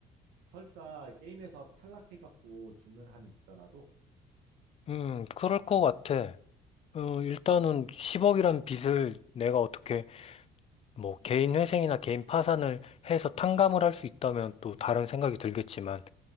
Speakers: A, on the right; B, on the left.
A: 설사 게임에서 탈락해갖고 죽는 한이 있더라도,
B: 음, 그럴 것 같아. 어, 일단은 10억이란 빚을 내가 어떻게 뭐 개인 회생이나 개인 파산을 해서 탕감을 할 수 있다면 또 다른 생각이 들겠지만